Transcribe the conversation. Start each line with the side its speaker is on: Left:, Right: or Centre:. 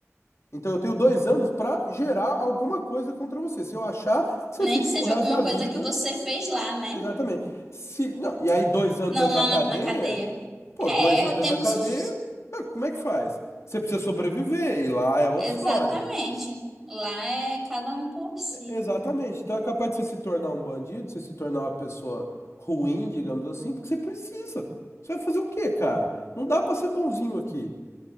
Left: Então eu tenho dois anos para gerar alguma coisa contra você. Se eu achar, você
Centre: Nem
Left: fica
Centre: que seja
Left: pro resto
Centre: alguma
Left: da
Centre: coisa
Left: vida.
Centre: que você fez lá, né?
Left: Exatamente. Se, não, e aí dois anos
Centre: Não
Left: dentro
Centre: lá
Left: da cadeia,
Centre: na, na cadeia.
Left: pô,
Centre: É,
Left: dois anos
Centre: o
Left: dentro
Centre: tempo
Left: da cadeia,
Centre: suficiente.
Left: ah, como é que faz? Você precisa sobreviver, e lá é outra
Centre: Exatamente.
Left: história.
Centre: Lá é cada um por si.
Left: Exatamente. Então é capaz de você se tornar um bandido, você se tornar uma pessoa ruim, digamos assim, porque você precisa. Você vai fazer o quê, cara? Não dá para ser bonzinho aqui.